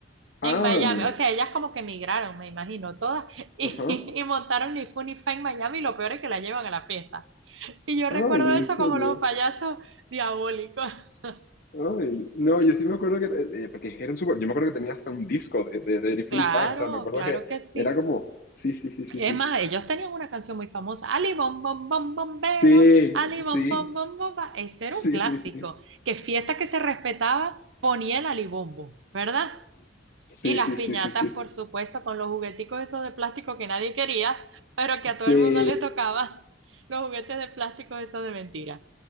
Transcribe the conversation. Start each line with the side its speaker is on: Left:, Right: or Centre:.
Left: ah,
Right: En Miami.
Left: mira.
Right: O sea, ellas como que emigraron, me imagino, todas. <laughs> Y,
Left: Ajá.
Right: y montaron ni fu ni fa en Miami. Y lo peor es que la llevan a la fiesta. Y yo
Left: Ay,
Right: recuerdo
Left: en
Right: eso
Left: serio.
Right: como los payasos diabólicos. <laughs>
Left: Ay, no, yo sí me acuerdo que, eh, eh, porque eran súper, yo me acuerdo que tenía hasta un disco de, de, de Funny
Right: Claro,
Left: Fan, o sea, me acuerdo
Right: claro
Left: que
Right: que sí.
Left: era como, sí, sí, sí, sí,
Right: Es
Left: sí,
Right: más, ellos tenían una canción muy famosa, Ali Bom Bom Bom Bombero,
Left: sí,
Right: Ali Bom
Left: sí,
Right: Bom Bom Bomba. Ese era
Left: sí,
Right: un clásico,
Left: sí, sí,
Right: que fiesta que se respetaba ponía el alibombo ¿verdad?
Left: sí,
Right: Y las
Left: sí,
Right: piñatas,
Left: sí, sí, sí, sí, sí, sí, sí,
Right: por supuesto, con los jugueticos esos de plástico que nadie quería, pero que a
Left: sí,
Right: todo el mundo le tocaba, los juguetes de plástico esos de mentira.